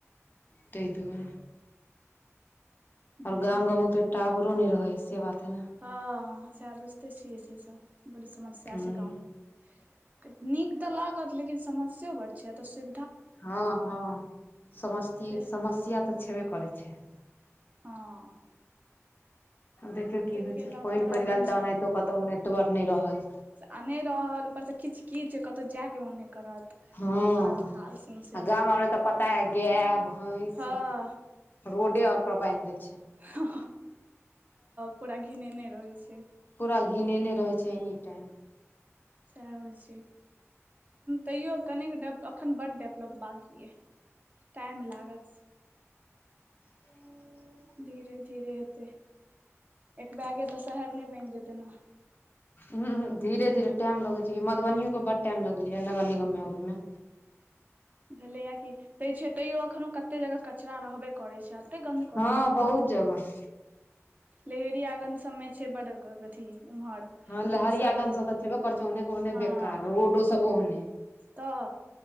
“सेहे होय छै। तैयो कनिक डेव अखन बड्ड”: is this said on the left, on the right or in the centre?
Right